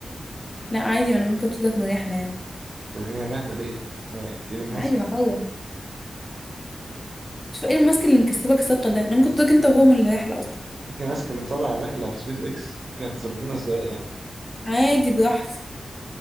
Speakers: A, on the left; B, on the right.
A: لا عادي ما انا ممكن اتركك من رحله يعني
B: توديني الرحله ليه؟ ازاي يعني؟ انت ايلون
A: عادي
B: ماسك
A: انا حره شوف ايه الماسك اللي مكسبك ثقة ده انا ممكن تقولك انت وهو من الرحلة اصلا
B: انت ماسك اللي مطلع الرحله في سبيس اكس انت هتطردينا ازاي يعني
A: عادي براحتي